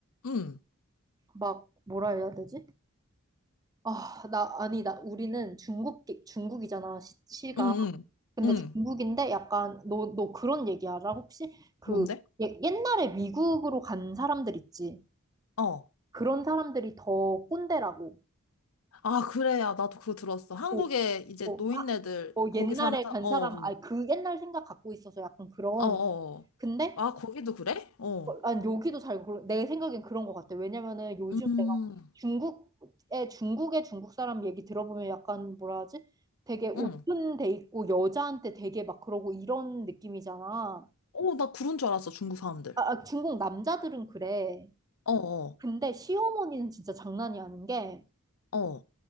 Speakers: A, on the left; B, on the right.
A: 음.
B: 막 뭐라 해야 되지? 아 나 아니 나 우리는 중국 중국이잖아 시, 시가.
A: 응,
B: 근데
A: 응, 응.
B: 중국인데 약간 너 너 그런 얘기 알아? 혹시 그
A: 뭔데?
B: 예- 옛날에 미국으로 간 사람들 있지?
A: 어.
B: 그런 사람들이 더 꼰대라고.
A: 아, 그래야. 나도 그거 들었어. 한국에
B: 어,
A: 이제
B: 어,
A: 노인네들,
B: 아, 어,
A: 거기
B: 옛날에
A: 사는 사람,
B: 간
A: 어,
B: 사람,
A: 어,
B: 아, 그 옛날 생각 갖고 있어서 약간 그런.
A: 어. 어.
B: 근데,
A: 아, 거기도 그래? 어.
B: 어, 난 여기도 잘, 그르내 생각엔 그런 것 같아. 왜냐면은 요즘
A: 음,
B: 내가 중국에, 중국의 중국 사람 얘기 들어보면 약간 뭐라 하지? 되게 오픈돼
A: 응.
B: 있고 여자한테 되게 막 그러고 이런 느낌이잖아.
A: 어, 나 그런 줄 알았어, 중국 사람들.
B: 아, 아, 중국 남자들은 그래.
A: 어, 어,
B: 근데 시어머니는 진짜 장난이 아닌 게,
A: 어.